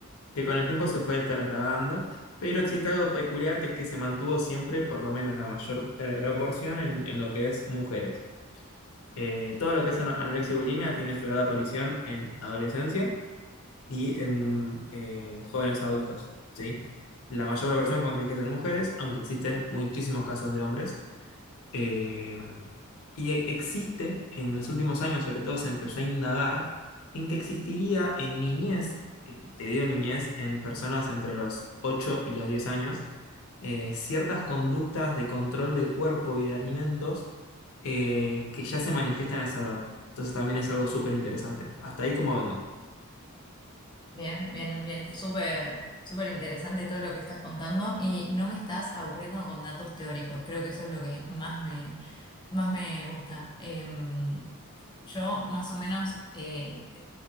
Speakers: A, on the left; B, on the left.
A: que con el tiempo se fue trasladando, pero existe algo peculiar que es que se mantuvo siempre, por lo menos la mayor proporción, en, en lo que es mujeres. Eh, todo lo que es ano- anorexia y bulimia tiene su edad de aparición en adolescencia y en eh, jóvenes adultos, ¿sí? La mayor proporción, como te dije, es en mujeres, aunque existen muchísimos casos de hombres. Eh, y e- existe, en los últimos años sobre todo se empezó a indagar en que existiría en niñez, eh, te digo niñez, en personas entre los 8 y los 10 años, eh, ciertas conductas de control de cuerpo y de alimentos eh, que ya se manifiestan a esa edad. Entonces también es algo súper interesante. Hasta ahí como vengo.
B: Bien, bien, bien. Súper, súper interesante todo lo que estás contando y no me estás aburriendo con datos teóricos. Creo que eso es lo que más me, más me gusta. Em, yo más o menos, eh,